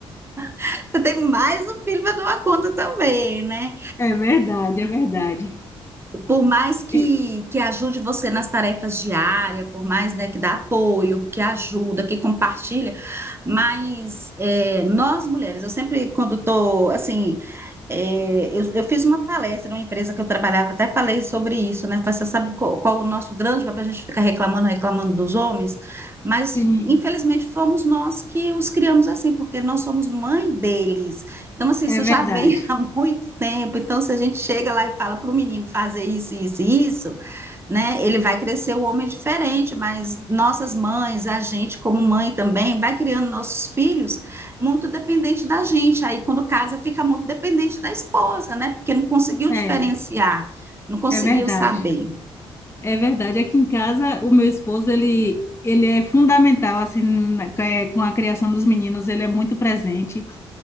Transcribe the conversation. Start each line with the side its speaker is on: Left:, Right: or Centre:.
Right: <laughs> você tem mais um filho para dar uma conta também, né?
Left: É verdade, é verdade.
Right: por mais que,
Left: E-
Right: que ajude você nas tarefas diárias, por mais, né, que dá apoio, que ajuda, que compartilha, mas é, nós mulheres, eu sempre quando estou assim é, eu, eu fiz uma palestra numa empresa que eu trabalhava, até falei sobre isso, né? Falei, Você sabe qual, qual o nosso grande papel? A gente fica reclamando, reclamando dos homens, mas
Left: Sim,
Right: infelizmente fomos nós que os criamos assim, porque nós somos mãe deles. Então, assim,
Left: é
Right: isso
Left: verdade.
Right: já vem <laughs> há muito tempo. Então, se a gente chega lá e fala para o menino fazer isso, isso, e isso, né? Ele vai crescer um homem diferente, mas nossas mães, a gente como mãe também, vai criando nossos filhos muito dependente da gente. Aí quando casa fica muito dependente da esposa, né? Porque não conseguiu
Left: É,
Right: diferenciar, não conseguiu
Left: é verdade.
Right: saber.
Left: É verdade. Aqui em casa, o meu esposo, ele, ele é fundamental, assim, na- é, com a criação dos meninos, ele é muito presente